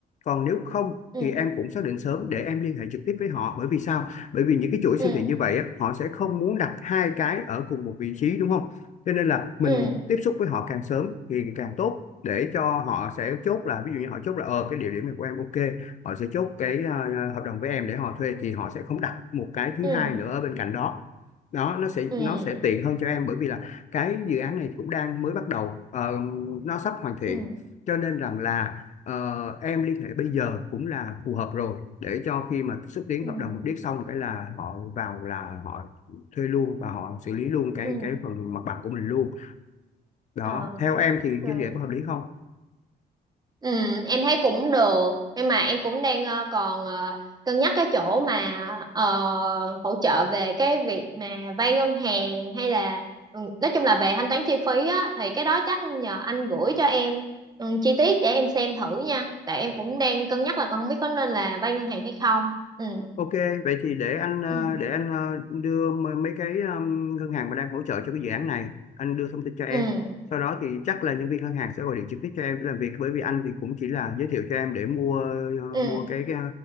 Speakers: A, on the left; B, on the right.
A: còn nếu không
B: ừ
A: thì em cũng xác định sớm để em liên hệ trực tiếp với họ bởi vì sao bởi vì những cái chuỗi siêu
B: ừ
A: thị như vậy á, họ sẽ không muốn đặt hai cái ở cùng một vị trí đúng không cho nên là mình
B: ừ
A: tiếp xúc với họ càng sớm thì càng tốt để cho họ sẽ chốt là ví dụ như họ chốt là ờ cái địa điểm này của em ok họ sẽ chốt cái ờ, hợp đồng với em để họ thuê thì họ sẽ không đặt một cái thứ
B: ừ
A: hai nữa ở bên cạnh đó đó nó sẽ
B: ừ
A: nó sẽ tiện hơn cho em bởi vì là cái dự án này cũng đang mới bắt đầu ờ, nó sắp hoàn thiện
B: ừ
A: cho nên rằng là ờ, em liên hệ bây giờ cũng là phù hợp rồi để cho khi mà xúc tiến
B: ừ
A: hợp đồng điếc xong cái là họ vào là họ thuê luôn và họ xử lý luôn cái
B: ừ
A: cái phần mặt bằng của mình luôn đó
B: ờ
A: theo em thì
B: ờ.
A: như vậy có hợp lý không
B: ừ em thấy cũng được nhưng mà em cũng đang ờ, còn ờ, cân nhắc cái chỗ mà ờ, hỗ trợ về cái việc mà vay ngân hàng hay là ừ, nói chung là về thanh toán chi phí á thì cái đó chắc nhờ anh gửi cho em ừ, chi tiết để em xem thử nha tại em cũng đang cân nhắc là còn không biết có nên là vay ngân hàng hay không ừ
A: Ok, vậy thì để anh ờ,
B: ừ
A: để anh ờ, đưa m- mấy cái um, ngân hàng mà đang hỗ trợ cho cái dự án này, anh đưa thông tin cho em.
B: ừ
A: Sau đó thì chắc là nhân viên ngân hàng sẽ gọi điện trực tiếp cho em để làm việc bởi vì anh thì cũng chỉ là giới thiệu cho em để mua ờ,
B: ừ
A: mua cái, cái ờ,